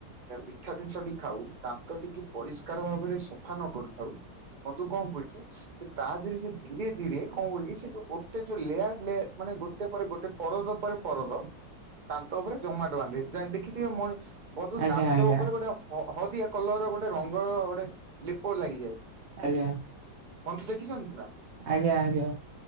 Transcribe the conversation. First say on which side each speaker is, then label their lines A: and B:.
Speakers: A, on the right (about 40°); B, on the right (about 85°).
A: ମିଠା ଜିନିଷ ଟି ଖାଉ ଦାନ୍ତ ଟିକେ ପରିଷ୍କାର ଭାବରେ ସଫା ନ କରୁଥାଉ ବନ୍ଧୁ କଣ ହୁଏ କି ସେ ତା ଦେହରେ ସେ ଧୀରେ ଧୀରେ କଣ ହୁଏକି ସେ ଯୋଉ ଗୋଟେ ଯୋଉ ଲେୟାର୍ ଲେୟାର ମାନେ ଗୋଟେ ପରେ ଗୋଟେ ପରଦ ପରେ ପରଦ ଦାନ୍ତ ଉପରେ ଜମାଟ ବାନ୍ଧେ ଯେମିତି ଦେଖିଥିବେ ମଣି ବନ୍ଧୁ
B: ଆଜ୍ଞା
A: ଦାନ୍ତ
B: ଆଜ୍ଞା
A: ଉପରେ ଗୋଟେ ହ ହଳଦିଆ କଲର ଗୋଟେ ରଙ୍ଗ ଗୋଟେ ଲିପ ଲାଗିଯାଏ
B: ଆଜ୍ଞା।
A: ବନ୍ଧୁ ଦେଖିଛନ୍ତି ନା?
B: ଆଜ୍ଞା ଆଜ୍ଞା।